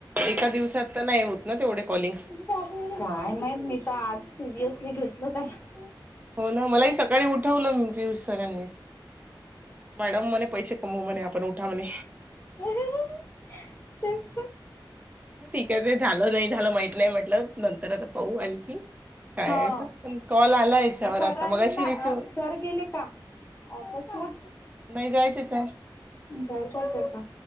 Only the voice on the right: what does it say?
एका दिवसात तर नाही होत ना तेवढे कॉलिंग?
हो ना. मलाही सकाळी उठवलं मी पियुष सरांनी. मॅडम, म्हणे पैसे कमवू म्हणे आपण उठा म्हणे.
ठीक आहे. ते झालं, नाही झालं, माहित नाही म्हटलं, नंतर आता पाहू आणखी. काय
तर पण कॉल आला याच्यावर
आता मगाशी रिसिव
नाही जायचेच